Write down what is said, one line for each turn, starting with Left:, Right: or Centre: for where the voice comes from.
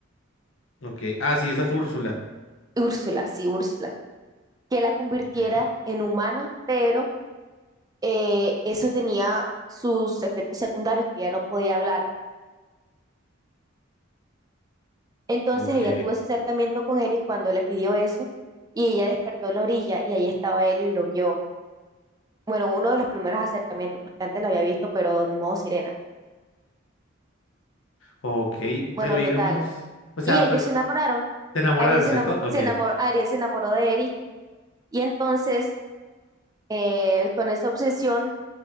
Left: Ok. Ah, sí, esa es Úrsula.
Right: Úrsula, sí, Úrsula, que la convirtiera
Left: Ok.
Right: en humana, pero eh, eso tenía sus efectos secundarios, que ya no podía hablar Entonces
Left: Ok.
Right: ella tuvo ese acercamiento con Eric cuando le pidió eso y ella despertó en la orilla y ahí estaba él y lo vio. Bueno, uno de los primeros acercamientos, porque antes lo había visto, pero en modo sirena.
Left: Ok.
Right: Bueno,
Left: Pero digamos...
Right: total.
Left: O sea,
Right: Y ellos
Left: pero...
Right: se enamoraron.
Left: Te enamoraron,
Right: Ariel se
Left: ¿cierto?
Right: enamoró,
Left: Ok.
Right: se enamoró, Ariel se enamoró de Eric y entonces eh, con esa obsesión